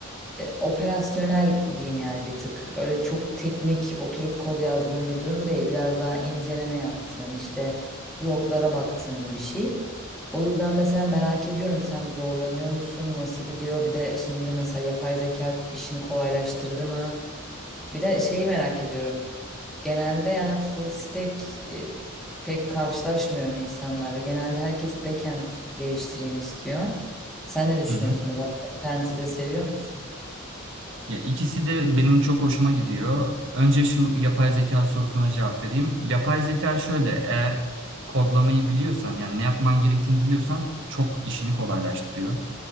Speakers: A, in the centre; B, on the right (about 60°).
A: e, operasyonel diyeyim yani bir tık. Öyle çok teknik oturup kod yazdığın bir durum değil. Biraz daha inceleme yaptığın, işte loglara baktığın bir şey. O yüzden mesela merak ediyorum sen zorlanıyor musun? Nasıl gidiyor? Bir de şimdi mesela yapay zeka işini kolaylaştırdı mı? Bir de şeyi merak ediyorum. Genelde yani full stack e, pek karşılaşmıyorum insanlarla. Genelde herkes backend geliştireyim istiyor. Sen ne düşünüyorsun?
B: Hı hı.
A: Mesela frontend'i de seviyor musun?
B: Ya ikisi de benim çok hoşuma gidiyor. Önce şu yapay zeka sorusuna cevap vereyim. Yapay zeka şöyle, eğer kodlamayı biliyorsan yani ne yapman gerektiğini biliyorsan çok işini kolaylaştırıyor.